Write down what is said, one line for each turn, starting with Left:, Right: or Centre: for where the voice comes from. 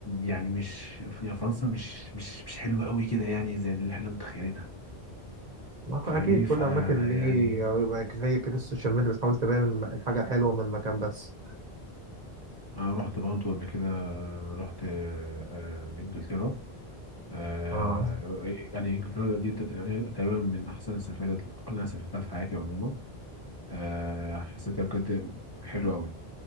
Left: يعني مش في فرنسا مش مش مش حلوة قوي كده يعني زي اللي احنا متخيلينها
Right: ما
Left: فاهمني
Right: هو اكيد كل
Left: فيعني
Right: اماكن ليه يبقى زي كده السوشيال ميديا بتحاول تبين الم- الحاجه الحلوه من المكان بس
Left: أنا رحت برضو قبل كده آه، رحت آه، آه، إنجلترا آه،
Right: آه.
Left: إيه، يعني إنجلترا دي تد- آه، تقريبا من أحسن السفرات اللي أنا سافرتها في حياتي عموما آه، حسيتها بجد حلوة أوي